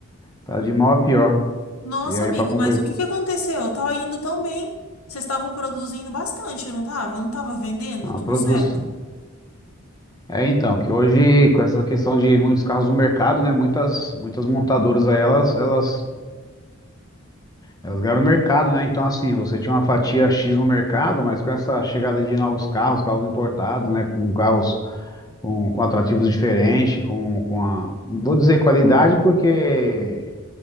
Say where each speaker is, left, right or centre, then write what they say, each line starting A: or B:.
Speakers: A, on the left; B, on the left.
A: tá de mal a pior.
B: Nossa,
A: E aí
B: amigo,
A: para completar,
B: mas o que que aconteceu? Tava indo tão bem. Vocês estavam produzindo bastante, não tava? Não tava vendendo
A: a
B: tudo
A: produção
B: certo?
A: É, então, que hoje, com essa questão de muitos carros no mercado, né? Muitas, muitas montadoras aí, elas, elas, elas ganharam o mercado, né? Então, assim, você tinha uma fatia X no mercado, mas com essa chegada de novos carros, carros importados, né? Com carros com, com atrativos diferentes, com, com a. não Vou dizer qualidade, porque